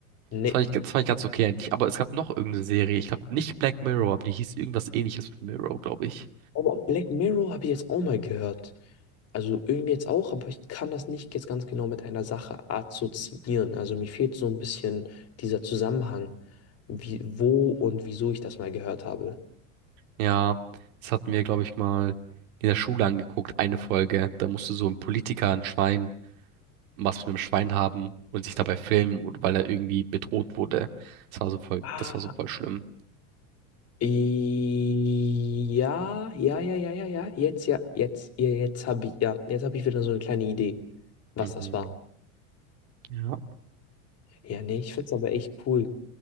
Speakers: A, on the left; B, on the right.
A: Nee.
B: Das fand ich, das fand ich ganz okay eigentlich. Aber es gab noch irgendeine Serie. Ich glaube nicht Black Mirror, aber die hieß irgendwas ähnliches mit Mirror, glaube ich.
A: Aber Black Mirror habe ich jetzt auch mal gehört. Also irgendwie jetzt auch, aber ich kann das nicht jetzt ganz genau mit einer Sache assoziieren. Also mir fehlt so ein bisschen dieser Zusammenhang, wie, wo und wieso ich das mal gehört habe.
B: Ja, das hatten wir, glaube ich, mal in der Schule angeguckt, eine Folge. Da musste so ein Politiker, ein Schwein, was mit einem Schwein haben und sich dabei filmen, oder weil er irgendwie bedroht wurde. Das war so voll,
A: Ah,
B: das war so voll schlimm.
A: i- ja, ja, ja, ja, ja, ja, jetzt, ja, jetzt, ja, jetzt habe ich, ja, jetzt habe ich wieder so eine kleine Idee, was
B: Mhm.
A: das war.
B: Ja.
A: Ja, nee, ich finde es aber echt cool.